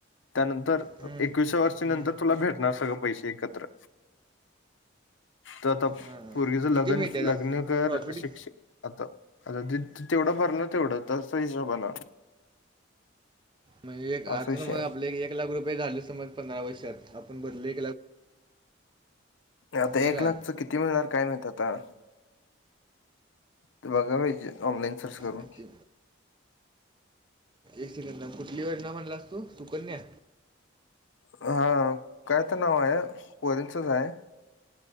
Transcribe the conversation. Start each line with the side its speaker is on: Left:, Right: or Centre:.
Left: त्यानंतर
Right: हं,
Left: एकविसावर्षी
Right: हं.
Left: नंतर तुला भेटणार सगळं पैसे एकत्र. तर आता
Right: हां.
Left: पोरगीचं लग्न
Right: किती मिळतात
Left: लग्न
Right: असं
Left: कर
Right: प्रॉफिट?
Left: शिक्ष आता आता तेवढं भरणार तेवढं तसं हिशोबा न.
Right: म्हणजे एक
Left: असा
Right: आता
Left: विषय
Right: समज
Left: आहे
Right: आपले एक लाख रुपये झाले समज पंधरा वर्षात आपण भरले
Left: आता
Right: हां
Left: एक
Right: काय?
Left: लाखच किती मिळणार काय माहीत आता? ते बघा पाहिजे ऑनलाईन सर्च करून.
Right: किती एक सेकंद कुठली योजना म्हणलास तू सुकन्या?
Left: हा काय तर नाव आहे पोरींचच आहे.